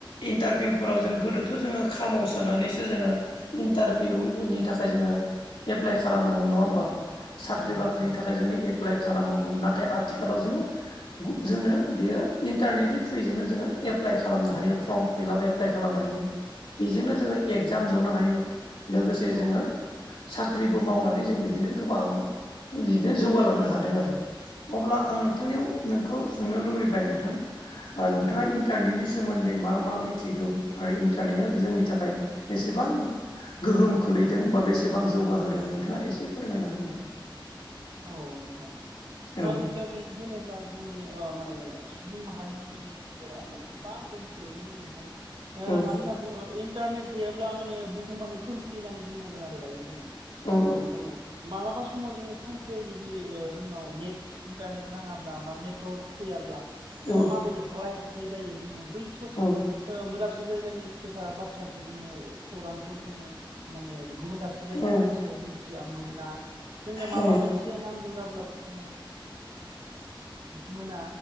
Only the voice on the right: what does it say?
औ
नंगौ
औ
नंगौ
औ
औ नोंथां
इन्टारनेट होनोब्ला जोंनि माने सुबुं माहारिनि माने गेजेराव माने गोबां गोहोम खोलैदों नोंथां।
मानो होनना बुङो इन्टारनेट गैयाब्ला माने बुहुमानो खोमसि होननानै बुंनांगोन आरो दायो जोङो।
जोङो मालाबा समाव जोङो सानसे से जुदि जोंनाव नेट इन्टारनेट नाङाब्ला बा नेटवारक फैयाब्ला जोङो
माबायदि हालाय हाफाय जायो जोङो बै ससे
मोजां माखासे जायगानि खोथा बाथ्राखौ जोङो खौरांखौ जोङो माने गुबुन दाबसे जायगानि
मानसिया मिथिया मोना। जोंनो माबा
मोनसे नांगौ जाब्लाबो जोङो मोना